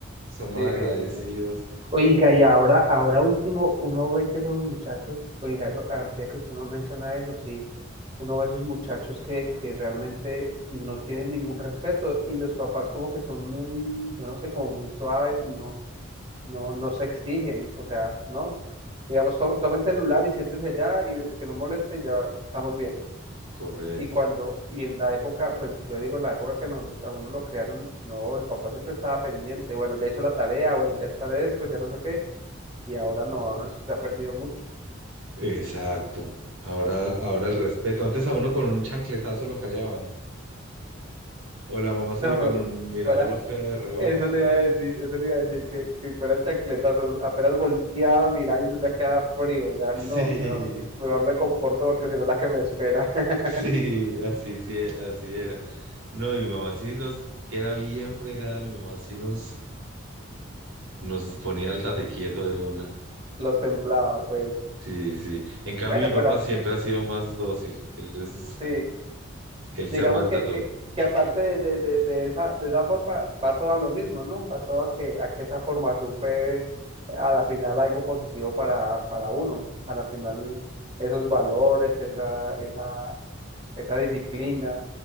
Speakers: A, on the right; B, on the right.
A: son malagradecidos,
B: Sí, sí, sí, sí. Oiga, y ahora, ahora último, uno ve que esos muchachos, oiga, eso, ahorita que usted no menciona eso, sí, uno ve esos muchachos que, que realmente no tienen ningún respeto y los papás como que son muy, yo no sé, como muy suaves y no, no, no se exigen, o sea, no, digamos, to- toma el celular y siéntese allá y desde que no moleste ya estamos bien.
A: correcto,
B: Y cuando, y en la época, pues yo digo, en la época que nos, a uno lo crearon, no, el papá siempre estaba pendiente, bueno, ya hizo la tarea, bueno, ya está de esto, ya no sé qué y ahora no, ahora se ha perdido mucho.
A: exacto, ahora, ahora el respeto, antes a uno con un chancletazo lo callaban, o la mamá
B: <laughs>
A: solo con un mirarlo
B: Fuera,
A: feo de reojo.
B: eso le iba a decir, eso le iba a decir, que, que fuera el chancletazo, apenas voltear a mirar y uno ya queda frío, ya
A: <laughs>
B: no,
A: Sí,
B: mejor, mejor me comporto porque si no la que me espera, <laughs>
A: sí, así, sí, e- así era. No, mi mamá sí nos queda bien fregada, mi mamá sí nos, nos ponía el tate quieto de una.
B: los templaba, pues.
A: Sí, sí. En cambio,
B: Bueno,
A: mi papá
B: pero
A: siempre ha sido más dócil. Él es,
B: sí,
A: él
B: digamos
A: se aguanta
B: que,
A: todo.
B: que, que aparte de, de, de, de esa, de esa forma, va todo a lo mismo, ¿no? Va todo a que, a que esa formación fue a la final algo positivo para, para uno, a la final esos valores, esa, esa esa disciplina,